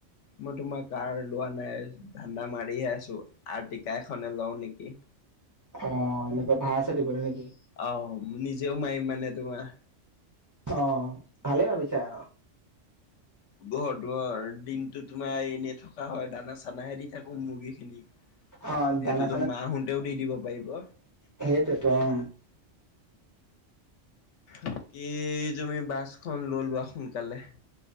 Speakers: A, on the left (about 70°); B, on the right (about 25°).
A: মই তোমাৰ কাৰ লোৱা নাই ধান্দা মাৰিহে আছো। আৰ্টিকা এখনে লও নেকি।
B: অ এনেকুৱা ভৰা-চাৰা দিবলে নেকি?
A: আহ নিজেও মাৰিম মানে তোমাৰ
B: অ ভালে ভাবিছা আৰু।
A: ঘৰটো দিনটো তোমাৰ এনে থকা হয়, দানা-চানাহে দি থাকো মুৰ্গী খিনিক।
B: অ
A: সেইটোতো
B: দানা
A: মাহোতেও দি দিব পাৰিব।
B: সেইটোৱেটো উম।
A: বাকী তুমি বাছখন লৈ লোৱা সোনকালে।